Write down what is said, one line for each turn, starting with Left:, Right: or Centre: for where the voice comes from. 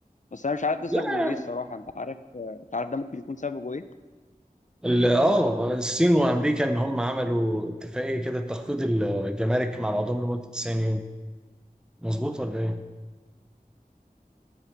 Left: بس انا مش عارف ده
Centre: لا
Left: سببه ايه الصراحة انت عارف انت عارف ده ممكن يكون سببه ايه
Centre: ال- اه الصين وامريكا ان هم عملوا اتفاقيه كده تخفيض الجمارك مع بعضهم لمده 90 يوم مظبوط ولا ايه